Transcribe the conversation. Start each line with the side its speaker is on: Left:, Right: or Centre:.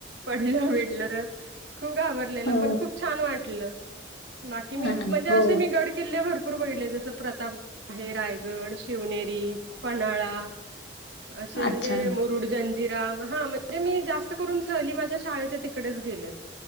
Right: पडलं बिडलंर खूप घाबरलेल
Left: हो
Right: पण खूप छान वाटलं, बाकी मी
Left: हां,
Right: म्हणजे
Left: हो
Right: असे मी गड किल्ले भरपूर बघितले जसं प्रताप हे रायगड शिवनेरी पन्हाळा. असे
Left: अच्छा.
Right: म्हणजे मुरुड जंज जीराम हा म्हणजे मी जास्त करून सहली माझ्या शाळेच्या तिकडेच गेल्यात.